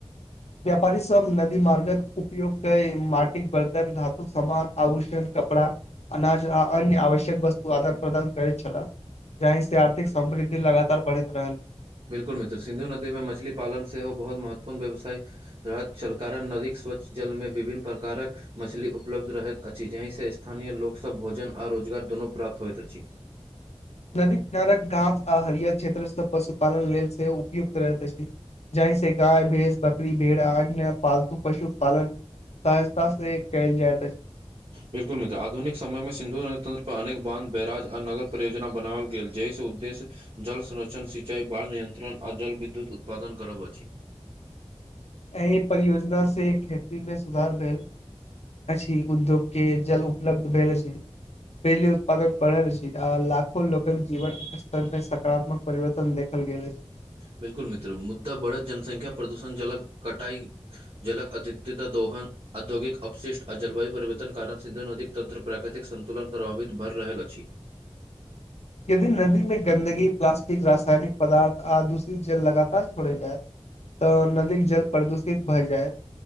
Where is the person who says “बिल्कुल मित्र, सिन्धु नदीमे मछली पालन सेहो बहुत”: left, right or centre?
Right